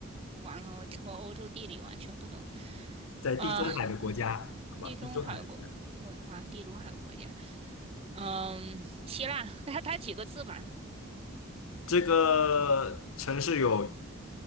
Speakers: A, on the right; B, on the left.
A: 完了，我我欧洲地理完全不懂。
B: 在地中海的国家，
A: 啊，<laughs>
B: 好吧，
A: 地中海国，
B: 地中海的国家。
A: 我的妈，地中海国家。嗯，希腊，<laughs> 它它几个字吧？
B: 这个城市有